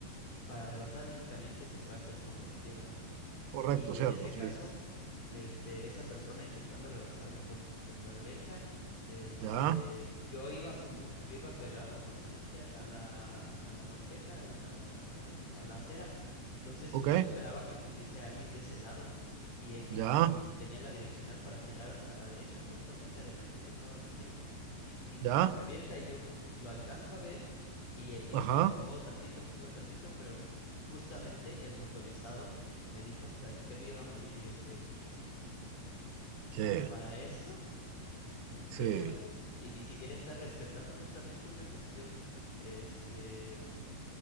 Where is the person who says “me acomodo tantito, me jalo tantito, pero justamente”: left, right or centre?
Left